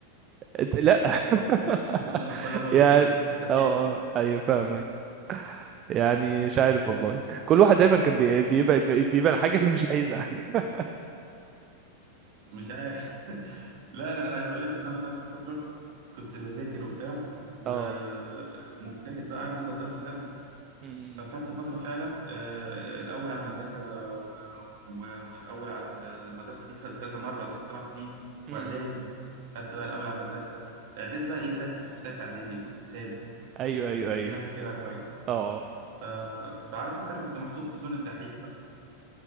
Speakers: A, on the right; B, on the right.
A: أنت- لا <laughs>
B: كنت من الاطفال اللي هم
A: يعني
B: ب- ب- الدحيحه
A: اه اه ايوه فاهمك يعني مش عارف والله كل واحد دايما كان بي- بيبقى بيبقى الحاجه اللي مش عايزها <laughs>
B: مش عارف <laughs> لا لا انا عايز اقول لك ان انا خدت فتره كنت بذاكر وبتاع ومجتهد
A: اه
B: بقى عارف انت الطفل ده
A: امم
B: فخدت فترة فعلا آه، الأول على المدرسة و- و- والأول على المدرسة دي خدت كذا مرة ست سبع سنين
A: امم
B: وإعدادي خدت بقى الأول على المدرسة إعدادي بقى إيه بدأت أخيب في تالتة إعدادي كنت سادس
A: ايوه ايوه ايوه
B: دي أنا فاكرها كويس
A: اه
B: ف... ف... فعارف أنت أنا كنت محطوط في زون الدحيح بقى